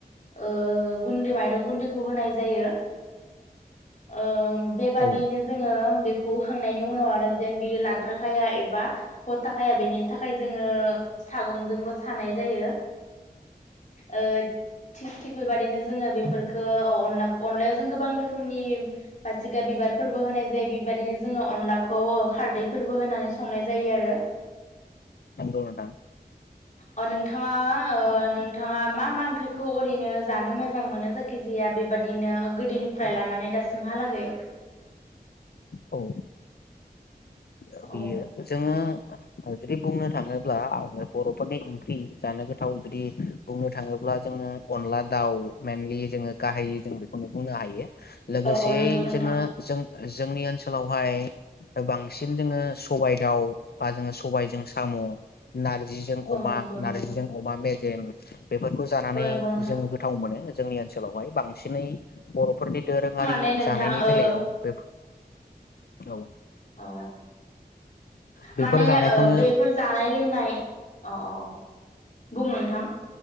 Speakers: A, on the left; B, on the left.
A: ओ गुन्दै माइरं गुन्दैखौ होनाय जायो ओम बेबादियैनो
B: औ
A: जोङो बे खौ होखांनायनि उनाव आरो जेन बेयो लाद्राखाया एबा गथाखाया बेनि थाखाय जोङो सागंजोंबो सानाय जायो ओ थिग थिग बेबाददिनो जोङो बेफोरखौ अनला अनलायाव जों गोबां रोखोमनि बासिगा बिबारफोरबो होनाय जायो बेबायाददिनो जोङो अनलाखौ खारदैफोरबो होनानै संनाय जायो आरो।
B: नंगौ नोंथां।
A: ओ नोंथाङा ओ नों थाङा मा मा ओंख्रिखौ ओरैनो जानो मोजां मोनो जायखिजाया बेबादिनो गोदोनिफ्राय लानानै दासिमहालागै?
B: औ। ओ
A: औ
B: बियो जोङो। ओ जुदि बुंनो थाङोब्ला आङो बर'फोरनि ओंख्रि जानो गोथाव जुदि बुंनो थाङोब्ला जोङो अनला दाउ मेनलि जोङो गाहायै जों बेखौनो बुंनो हायो। लोगोसेयै
A: औ औ नंगौ नोंथां
B: जोङो जों जोंनि ओनसोलाव। हाय। ओ बांसिन जोङो सबाय दाउ बा जोङो सबायजों साम' नारजिजों
A: औ
B: अमा
A: नंगौ नंगौ
B: नारजिजों अमा मे जेम। बेफोरखौ जानानै
A: औ नंगौ नोंथां
B: जों गोथाव मोनो जोंनि ओनसोलावहाय बांसिनै। बर'फोरनि। दोरोङारि
A: माने नोंथां
B: जानायनि
A: ओ
B: बेलायाव बेफो औ।
A: अ।
B: बेफोर
A: माने
B: जानायखौनो
A: ओ बेफोर जानाय लोंनाय अ अ बुं। थां।